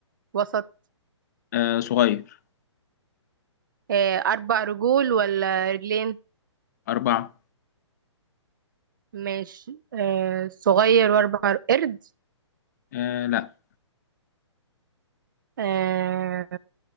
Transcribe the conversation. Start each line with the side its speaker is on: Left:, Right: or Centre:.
Right: وسط
Left: آه، صغير
Right: آه، اربع رجول ولا رجلين
Left: أربعة
Right: ماشي آه، صغير واربع ر- قرد
Left: آه، لا
Right: آه،